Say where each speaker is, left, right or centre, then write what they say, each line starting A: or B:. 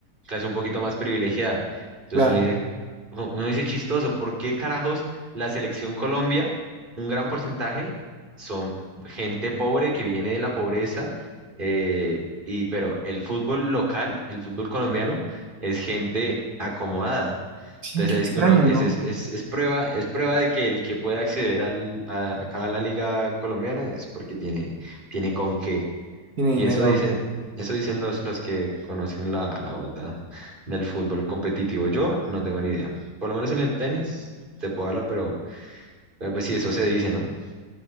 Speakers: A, on the right; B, on the right.
A: clase un poquito más privilegiada. Entonces
B: Claro.
A: uno dice, uno dice chistoso, ¿por qué carajos la selección Colombia, un gran porcentaje, son gente pobre que viene de la pobreza, eh, y, pero el fútbol local, el fútbol colombiano, es gente acomodada.
B: Sí,
A: Entonces
B: qué
A: ahí
B: extraño,
A: es que uno, es,
B: ¿no?
A: es, es, es prueba, es prueba de que el que puede acceder al, a, acá a la liga colombiana es porque tiene, tiene con qué.
B: Tiene
A: Y
B: dinero.
A: eso dicen, eso dicen los, los que conocen la, la vuelta del fútbol competitivo. Yo no tengo ni idea. Por lo menos en el tenis te puedo hablar, pero, pero pues sí, eso se dice, ¿no?